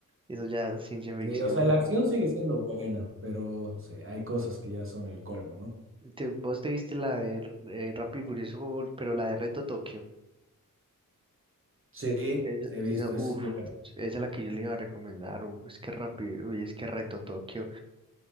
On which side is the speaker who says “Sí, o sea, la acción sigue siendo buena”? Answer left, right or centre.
Right